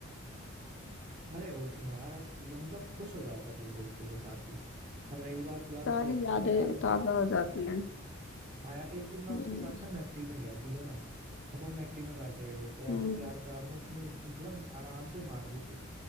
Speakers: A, on the right (about 40°); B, on the left (about 65°).
A: अरे होती है यार ऐसी चीजें मतलब खुश हो जाता है दिन देखते के साथ ही और रही बात यार उस
B: सारी
A: लड़की
B: यादें
A: की यार मतलब
B: ताजा हो जाती हैं
A: हाँ यार एक दिन मैं
B: हम्म
A: उसके साथ ना मैकडी में गया ठीक है ना अब हम मैकडी में बैठे हुए तो
B: हम्म
A: ऐसे प्यार प्यार में उसने इतनी- मतलब आराम से ही मार दी थी